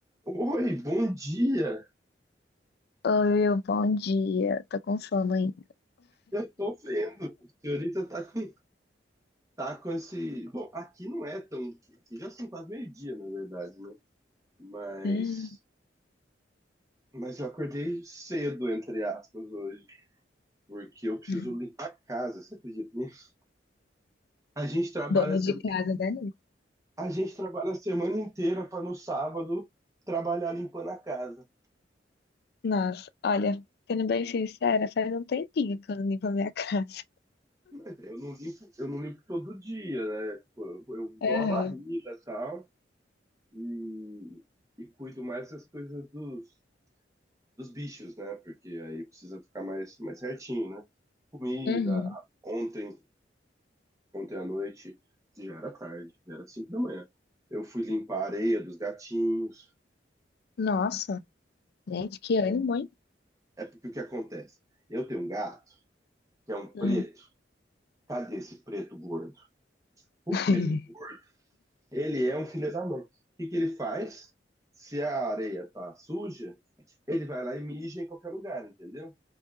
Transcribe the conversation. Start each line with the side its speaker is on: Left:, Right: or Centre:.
Right: Oi, bom dia.
Left: Oi, bom dia. Tô com sono ainda.
Right: Eu tô vendo. A senhorita tá com, tá com esse. Bom, aqui não é tão. Aqui já são quase meio-dia, na verdade, né? Mas.
Left: Hum,
Right: Mas eu acordei cedo, entre aspas, hoje, porque eu preciso
Left: não.
Right: limpar a casa, você acredita nisso? A gente trabalha,
Left: Dona
Right: a se-
Left: de casa da Anitta.
Right: a gente trabalha a semana inteira para no sábado trabalhar limpando a casa.
Left: Nossa, olha, sendo bem sincera, faz um tempinho que eu não limpo a minha <laughs> casa.
Right: Mas eu não limpo, eu não limpo todo dia, né? Tipo, Eu, eu
Left: Aham,
Right: dou a varrida e tal, e, e cuido mais das coisas dos, dos bichos, né? Porque aí precisa ficar mais, mais certinho, né? Comida.
Left: uhum.
Right: Ontem, ontem à noite, já era tarde, já era 5 da manhã. Eu fui limpar a areia dos gatinhos.
Left: Nossa, gente, que ânimo, hein?
Right: É porque o que acontece? Eu tenho um gato que é um
Left: Hum.
Right: preto. Cadê esse preto gordo? O
Left: <laughs>
Right: preto gordo, ele é um filho da mãe. O que que ele faz? Se a areia tá suja, ele vai lá e mija em qualquer lugar, entendeu?